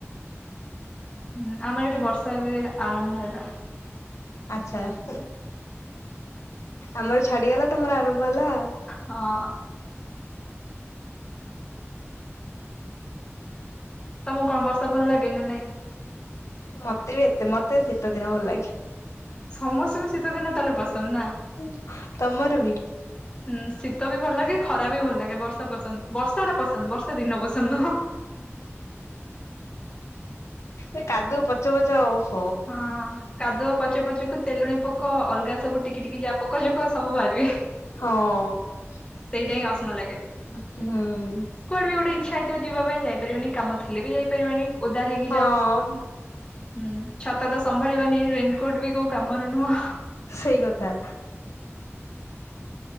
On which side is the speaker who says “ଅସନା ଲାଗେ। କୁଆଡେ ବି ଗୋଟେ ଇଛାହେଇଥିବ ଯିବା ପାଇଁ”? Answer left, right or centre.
Left